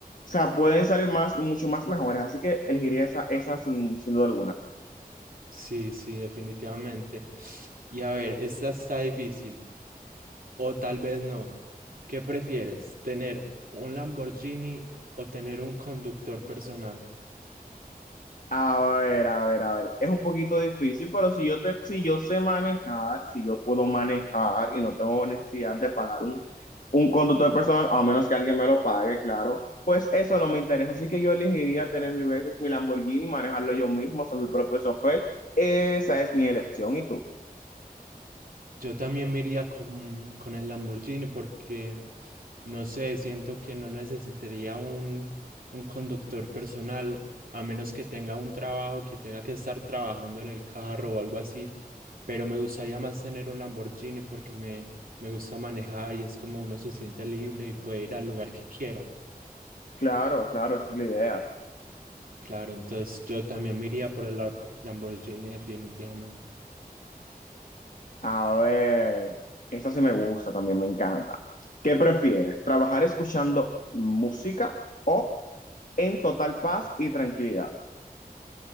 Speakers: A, on the left; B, on the right.
A: sea, pueden salir más, mucho más mejores, así que elegiría esa, esa sin, sin duda alguna.
B: Sí, sí, definitivamente. Y a ver, esta está difícil o tal vez no. ¿Qué prefieres? ¿Tener un Lamborghini o tener un conductor personal?
A: A ver, a ver, a ver. Es un poquito difícil, pero si yo te, si yo sé manejar, si yo puedo manejar y no tengo necesidad de pagar un, un conductor personal, a menos que alguien me lo pague, claro, pues eso no me interesa. Así que yo elegiría tener mil veces mi Lamborghini, manejarlo yo mismo, soy mi propio software. Esa es mi elección y tú.
B: Yo también me iría con, con el Lamborghini porque, no sé, siento que no necesitaría un, un conductor personal, a menos que tenga un trabajo, que tenga que estar trabajando en el carro o algo así, pero me gustaría más tener un Lamborghini porque me, me gusta manejar y es como uno se siente libre y puede ir al lugar que quiera.
A: Claro, claro, esa es la idea.
B: Claro, entonces yo también me iría por el Lam- Lamborghini definitivamente.
A: A ver, esa sí me gusta, también me encanta. ¿Qué prefieres? ¿Trabajar escuchando música o en total paz y tranquilidad?